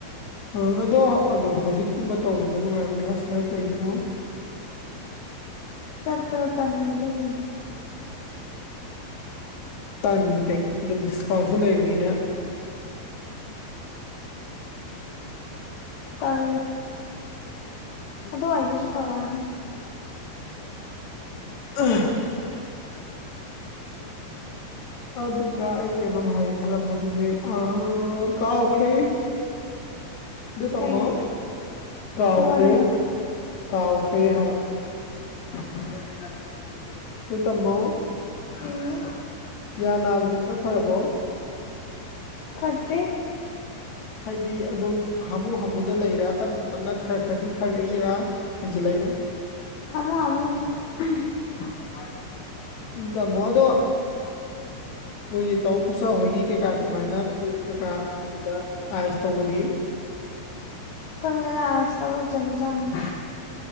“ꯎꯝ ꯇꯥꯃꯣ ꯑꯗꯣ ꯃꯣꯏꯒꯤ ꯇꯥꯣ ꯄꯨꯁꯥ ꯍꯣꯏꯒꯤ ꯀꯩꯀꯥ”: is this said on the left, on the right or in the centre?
Left